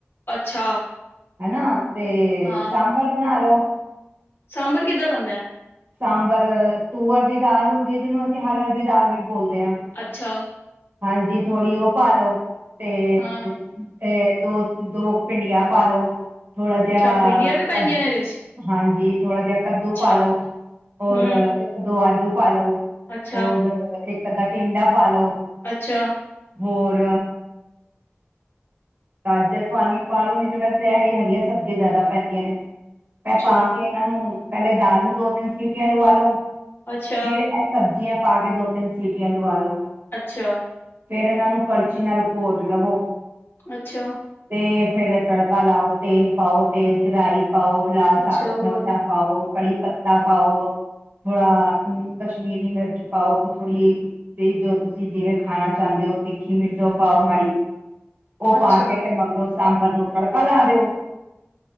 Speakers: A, on the left; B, on the right.
A: ਅੱਛਾ
B: ਹਨਾ ਤੇ
A: ਹਾਂ
B: ਸਾਂਬਰ ਬਣਾ ਲੋ ਹ
A: ਸਾਂਬਰ ਕਿੱਦਾਂ ਬਣਦਾ
B: ਸਾਂਬਰ ਤੂਅਰ ਦੀ ਦਾਲ ਹੁੰਦੀ ਹੈ ਜਿਹਨੂੰ ਅਸੀਂ ਹਰ ਹਰ ਦੀ ਦਾਲ ਵੀ ਬੋਲਦੇ ਹਾਂ
A: ਅੱਛਾ
B: ਹਾਂਜੀ ਥੋੜੀ ਉਹ ਪਾ ਲਉ ਤੇ
A: ਹਾਂ
B: ਇਹ ਦੋ ਦੋ ਭਿੰਡੀਆਂ ਪਾ ਲਉ ਥੋੜ੍ਹਾ ਜਿਹਾ
A: ਅੱਛਾ ਭਿੰਡੀਆਂ ਵੀ ਪੈਂਦੀਆਂ ਨੇ ਇਹਦੇ ਚ
B: ਹਾਂਜੀ ਥੋੜਾ ਜਿਹਾ ਕੱਦੂ
A: ਅੱਛਾ
B: ਪਾ ਲੋ ਹੋਰ
A: ਹਮ
B: ਦੋ ਆਲੂ ਪਾ ਲਓ
A: ਅੱਛਾ
B: ਹੋਰ ਇੱਕ ਅੱਧਾ ਟਿੰਡਾ ਫੋਲੋ
A: ਅੱਛਾ,
B: ਹੋਰ ਗਾਜਰ ਪਾਣੀ ਪਾ ਲਓ ਨਹੀਂ ਤਾਂ ਵੈਸੇ ਇਹ ਹੀ ਹਰੀਆਂ ਸਬਜ਼ੀਆਂ ਜ਼ਿਆਦਾ ਪੈਂਦੀਆਂ ਨੇ ਪ
A: ਅੱਛਾ,
B: ਪਾ ਕੇ ਇਹਨਾਂ ਨੂੰ ਪਹਿਲੇ ਦਾਲ ਨੂੰ ਦੋ ਤਿੰਨ ਠਕੀਆਂ ਲਵਾ ਲੋ
A: ਅੱਛਾ,
B: ਹਦਾ ਸ ਜਿ ਪਾ ਕੇ ਦੋ ਤਿੰਨ ਸਿਟੀਆਂ ਲੂ ਵਾਲ ਲੋ
A: ਅੱਛਾ
B: ਫੇਰ ਇਹਨਾਂ ਨੂੰ ਕੜਚੀ ਨਾਲ ਘੋਟ ਲਵੋ
A: ਅੱਛਾ
B: ਤੇ ਫੇਰ ਤੜਕਾ ਲਾਓ ਤੇਲ ਪਾਓ ਤੇਲ ਚ ਰਹੀਂ ਪਾਓ ਲਾਲ
A: ਅੱਛਾ
B: ਸਾਬਤ
A: ਹੋਰ
B: ਮਰਚਲਾ ਪਾਓ ਕੜੀ ਪੱਤਾ ਪਾਓ ਥੋੜਾ ਕਸ਼ਮੀਰੀ ਮਿਰਚ ਪਾਓ ਥੋੜ੍ਹੀ ਤੇ ਜੋ ਤੁਸੀਂ ਜਿਵੇਂ ਖਾਣਾ ਚਾਹੁੰਦੇ ਹੋ ਤਿੱਖੀ ਮਿਰਚ ਪਾਓ ਮਾੜੀ ਉਹ
A: ਅੱਛਾ,
B: ਪਾ ਕੇ ਤੇ ਮਗਰੋਂ ਸਾਂਬਰ ਨੂੰ ਤੜਕਾ ਲਾ ਦਿਓ